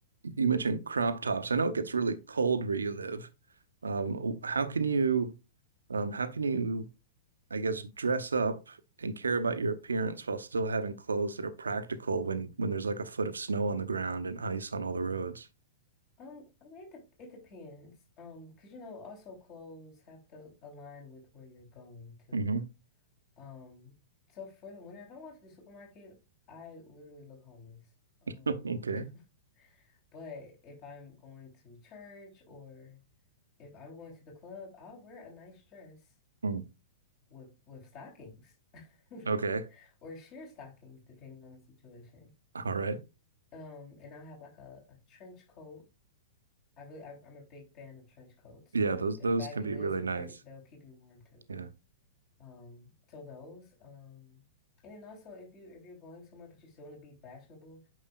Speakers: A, on the right; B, on the left.
A: you mentioned crop tops. I know it gets really cold where you live. Um, how can you, um, how can you, I guess, dress up and care about your appearance while still having clothes that are practical when when there's like a foot of snow on the ground and ice on all the roads?
B: Um, I mean, it, dep- it depends. Um, because you know, also clothes have to align with where you're going to.
A: Mhm. <laughs>
B: Um, so for the winter, if I went to the supermarket, I literally look homeless. Um,
A: Okay.
B: <laughs> but if I'm going to church or if I'm going to the club, I'll wear a nice dress
A: Mm.
B: with with stockings <laughs>
A: Okay.
B: or sheer stockings, depending on the situation.
A: All right.
B: Um, and I'll have like a, a trench coat I really, I, I'm a big fan of trench coats.
A: Yeah,
B: They're
A: those
B: they're
A: those
B: fabulous,
A: can be really
B: but
A: nice.
B: they they'll keep you warm too.
A: Yeah.
B: Um, so those, um, and then also if you if you're going somewhere but you still want to be fashionable,